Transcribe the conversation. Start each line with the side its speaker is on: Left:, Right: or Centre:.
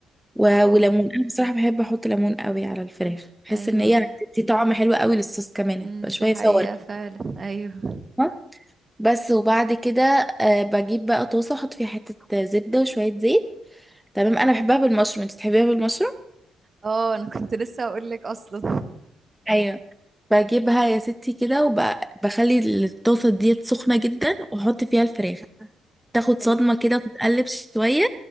Centre: و-
Right: اه
Centre: وليمون انا بصراحه بحب احط ليمون قوي على الفراخ بحس
Right: ايوه
Centre: ان هي بتدي طعم حلو قوي للصوص كمان يبقى
Right: امم
Centre: شويه
Right: دي حقيقة
Centre: صور كده
Right: فعلا ايوه
Centre: ها؟ بس وبعد كده آه، بجيب بقى طاسه احط فيها حته زبده وشويه زيت تمام
Right: مم.
Centre: انا بحبها بالمشروم انت بتحبيها بالمشروم
Right: اه انا كنت لسه هقول لك اصلا
Centre: ايوب بجيبها يا ستي كده وبخلي الطاسه ديت سخنه جدا واحط فيها
Right: مم.
Centre: الفراخ تاخد
Right: ايوه
Centre: صدمه كده وتتقلب شويه